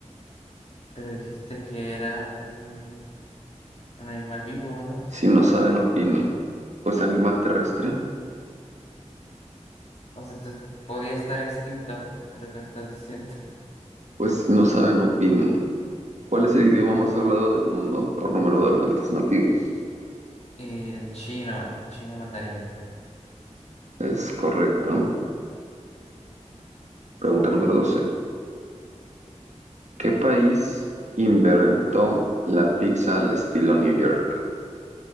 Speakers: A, on the left; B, on the right.
A: Pero dijiste que era un, un animal vivo, ¿no?
B: Si no saben, opine. Pues animal terrestre.
A: O sea, entonces podía estar extinto, es lo que me estás diciendo. <laughs>
B: Pues si no saben, opine. ¿Cuál es el idioma más hablado del mundo por número de hablantes nativos?
A: El chino, chino mandarín.
B: Es correcto. Pregunta número 12. ¿Qué país inventó la pizza al estilo New York?